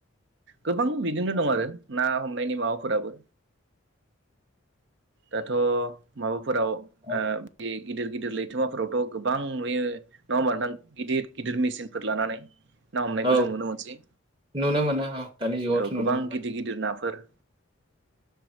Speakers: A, on the right; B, on the right.
A: गोबां बिदिनो दं आरो ना हमनायनि माबाफोराबो दाथ' माबाफोराव ओ
B: औ
A: बेग गिदिर गिदिर लैथोमाफोरावथ' गोबां नुयो नङा होमबा नोंथां गिदिर गिदिर मेचिनफोर लानानै ना हमनायखौ
B: औ
A: जों नुनो मोनसै
B: नुनो मोनो औ दानि जुगावथ'
A: औ
B: नुनो
A: गोबां
B: मोनबाय
A: गिदिर गिदिर नाफोर